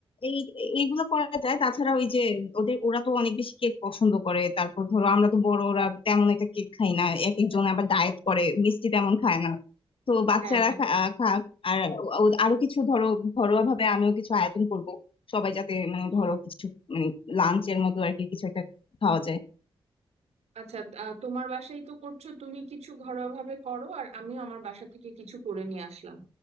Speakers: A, on the left (about 55°); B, on the right (about 75°).
A: এই এইগুলো করা যায় তাছাড়া ওই যে ওদের ওরা তো অনেক বেশি কেক পছন্দ করে তারপর ধরো আমরা তো বড় ওরা তেমন একটা কেক খাই না এক একজন আবার ডায়েট করে মিষ্টি তেমন খায় না তো বাচ্চারা
B: হ্যাঁ হ্যাঁ
A: খা- আহ খাক আর ও- ও- আরো কিছু ধরো ঘরোয়া ভাবে আমিও কিছু আয়োজন করব সবাই যাতে মানে ধরো কিছু মানে লাঞ্চের মতো আর কি কিছু একটা খাওয়া যায়
B: আচ্ছা আহ, তোমার বাসায় তো করছো তুমি কিছু ঘরোয়া ভাবে করো আর আমিও আমার বাসা থেকে কিছু করে নিয়ে আসলাম